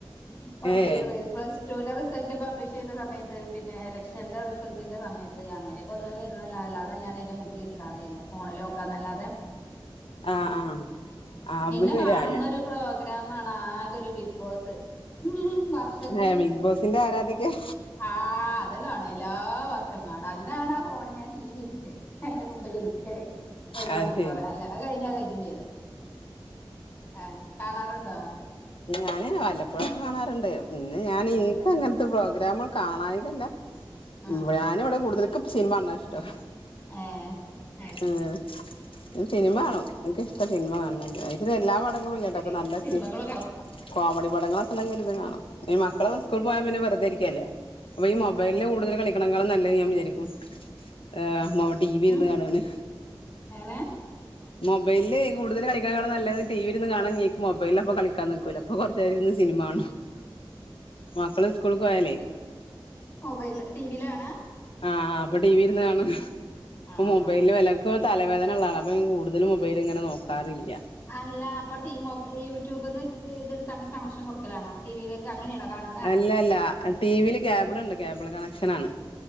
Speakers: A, on the left; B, on the left.
A: പബ്ലിക്
B: ഏഹ്
A: പ്ലസ് ടുവിൻന്റെ റിസൾട്ട് പബ്ലിഷ് ചെയ്ത സമയത്ത് പിന്നെ എലക്ഷന്റെ റിസൾട്ടിന്റെ സമയത്ത് ത്അങ്ങനെപ്പൊന്നതേർന്നല്ല അല്ലാതെ ഞാൻ അയ്‌ന്റെ മുമ്പി ലിരിക്കാറേ യില്ല ഫോണിലോക്കാന്നല്ലാതെ
B: ആഹ് ആഹ് ആഹ്
A: പിന്നെ
B: അപ്പൊ ശരിയാ
A: കാണുന്നൊരു പ്രോഗ്രാമാണാകൊരു ബിഗ്ഗ്‌ബോസ് വർഷത്തില്
B: ഏഹ് ബിഗ് ബോസിന്റെ ആരാധികയാ
A: ആ അത് കാണുല്ലാ.. വർഷംകാണും അതിനാണാ ഫോണ് ഞാൻ ടി വി ഇരിക്ക അയ്ന്റെ മുമ്പിലിരിക്കല് ഒരു മണിക്കൂറ്
B: അത് ശരി
A: അല്ല അത് കയ്ഞ്ഞാ കയ്ഞ്ഞും ചെയ്തു. ആഹ് കാണാറുണ്ടോ?
B: ഞാന് വല്ലപ്പോഴൊക്കെ കാണാറ്ണ്ട് ഇന്ന് ഞാന്
A: ആഹ്
B: ഇന്ക്കങ്ങൻത്തെ പ്രോഗ്രാമ് കാണായികല്ല
A: ആഹ്
B: മ് ഞാന് വടെ കൂടുതല് ക്ക്സിൻമ കാണണാ ഇഷ്ട്ടം
A: ഏഹ് അഹ്
B: ഏഹ് സിനിമ കാണും ഇന്ക്ക് ഇഷ്ട്ടാ സിനിമ കാണണത് അതും എല്ലാ പടങ്ങളുല്ല്യാട്ടാക്ക്
A: ശരി
B: നല്ല
A: സിനിമകളൊക്കെ
B: സി കോമഡി പടങ്ങളക്കെ ഇണ്ടങ്കി ഇര്ന്ന് കാണും അയ്ന് മക്കളൊക്കെ സ്കൂള് പോയാ പിന്നെ വെറുതെ ഇരിക്കല്ലേ അപ്പഈ മൊബൈലില് കൂടുതല് കളിക്കണക്കാളും നല്ലയ് ഞാവിചാരിക്കും യേ ടിവിര്ന്ന്
A: ഉം
B: കാണാണ്
A: എങ്ങനെ
B: മൊബൈല് കൂടുത ളി ക്കാൻ കാണണം നല്ലത് ടിവിൽരുന്ന് കാണാനിക്ക് മൊബൈലിൽ കൂടുതല് കളിക്കാക്കാളും നല്ലത് ടീവിര്ന്ന് കാണാന്ന് ഇന്ക്ക് മൊബൈലിലപ്പ കളിക്കാൻ നിൽക്കൂല അപ്പൊ കൊറചേരര്ന്ന് സിനിമകാണും മക്കള് സ്കൂള്ക്ക് പോയാലെ
A: മൊബൈല ടിവീലാ കാണാ?
B: ആഹ് അപ്പൊ ടി വി ഇരുന്ന് കാണ ഇപ്പൊ
A: ആഹ്
B: മൊബൈലില് വല്ല ഇക്കൊക്കെ തലവേദന ഇള്ള ആളാണ് അപ്പ ഞാൻ കൂടുതലു മൊബൈലി ഇങ്ങനെ നോക്കാറില്ല
A: അല്ലാ അപ്പടീമോബൈ ഈ യൂറ്റൂ ബ്ന്ന് ഈത്ട്തങ്ങട്ട് കണക്ഷൻ കൊട്ക്കലാണോ ടിവീലേക്ക് അങ്ങനേ ണോ കാണ്ന്ന
B: അല്ലല്ലാ ടീവീ ല് കേബിള്ണ്ട് കേബിള് കണക്ഷനാണ്